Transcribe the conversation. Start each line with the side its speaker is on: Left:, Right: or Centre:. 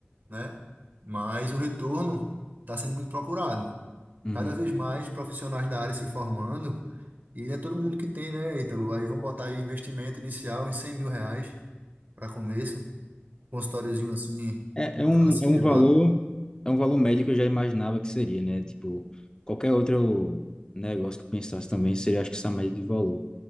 Right: né? Mas o retorno está sendo muito procurado.
Left: Uhum.
Right: Cada vez mais profissionais da área se formando, e não é todo mundo que tem, né, Ítalo? Aí vão botar aí investimento inicial em cem mil reais para começo, consultóriozinho assim,
Left: É, é um,
Right: classe
Left: é um
Right: B+,
Left: valor, é um valor médio que eu já imaginava que seria, né? Tipo, qualquer outro negócio que eu pensasse também seria, acho que essa média de valor.